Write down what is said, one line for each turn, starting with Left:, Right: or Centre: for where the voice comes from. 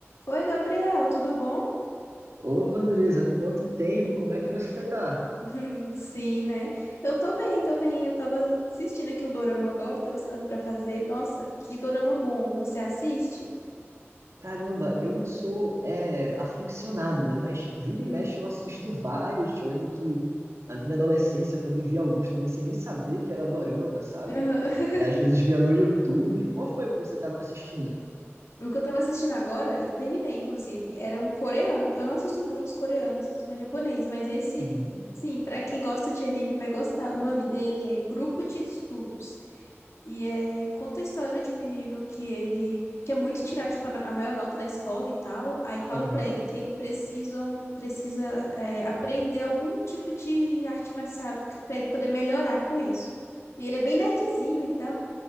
Left: Oi, Gabriel, tudo bom?
Right: Opa, Andresa, quanto tempo? Como é que você tá?
Left: <laughs> Sim, né? Eu tô bem, tô bem. Eu tava assistindo aqui um dorama agora, tava sem nada pra fazer. Nossa, que dorama bom. Você assiste?
Right: Caramba, eu não sou é, aficionado, né? Mas vira
Left: Uhum.
Right: e mexe eu assisto vários. Eu lembro que na minha adolescência eu também vi alguns também sem nem saber que era dorama, sabe?
Left: Aham.
Right: É,
Left: <laughs>
Right: às vezes via no YouTube. Qual foi que você estava assistindo?
Left: O que eu tava assistindo agora, eu terminei, inclusive. Era um coreano. Eu não assisto muitos coreanos, assisto mais japonês, mas esse,
Right: Uhum,
Left: sim, pra quem gosta de anime vai gostar. O nome dele é Grupo de Estudos. E é, conta a história de um menino que ele quer muito tirar tipo, a no- a maior nota da escola e tal. Aí falam
Right: aham.
Left: pra ele que ele precisam, precisa é, aprender algum tipo de arte marcial pra ele poder melhorar com isso. E ele é bem nerdzinho e tal.